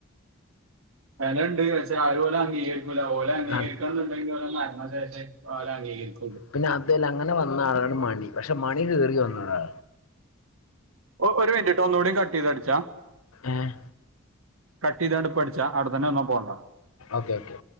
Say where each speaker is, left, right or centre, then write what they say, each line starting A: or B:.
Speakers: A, on the right; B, on the left.
A: വെലണ്ട് പക്ഷെ ആരും ഓലെ അംഗീകരി ക്കൂല ഓലെ അംഗീകരിക്കണന്നുണ്ടെങ്കിൽ
B: അത്
A: ഓലെ അതെലെ ഓലെ അംഗീകരിക്കും
B: പിന്നെ അതെല് അങ്ങനെ വന്ന ആളാണ് മണി പക്ഷെ മണി കേറിവന്നതാ
A: ഒ ഒരു മിനിറ്റ് ട്ടോ ഒന്ന് കൂടി കട്ട്‌ ചെയ്ത് അടിച്ചാ
B: ഏഹ്
A: കട്ട്‌ ചെയ്ത്ണ്ട് ഇപ്പ അടിച്ച ടിച്ച അവടെതന്നെ നിന്നോ പോണ്ട
B: ഓക്കെ ഓക്കെ